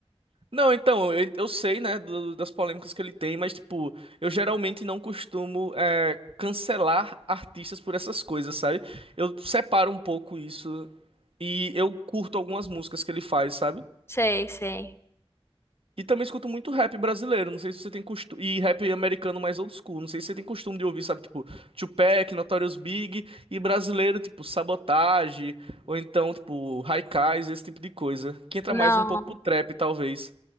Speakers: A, on the right; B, on the left.
A: Não, então, eu, eu sei, né, do- das polêmicas que ele tem, mas, tipo, eu geralmente não costumo é, cancelar artistas por essas coisas, sabe? Eu separo um pouco isso e eu curto algumas músicas que ele faz, sabe?
B: Sei, sei.
A: E também escuto muito rap brasileiro, não sei se você tem costume. E rap americano mais old school, não sei se você tem costume de ouvir, sabe? Tipo, Tupac, Notorious Big e brasileiro, tipo, Sabotage, ou então, tipo, Haikais, esse tipo de coisa. Que entra
B: Não,
A: mais um pouco pro trap, talvez.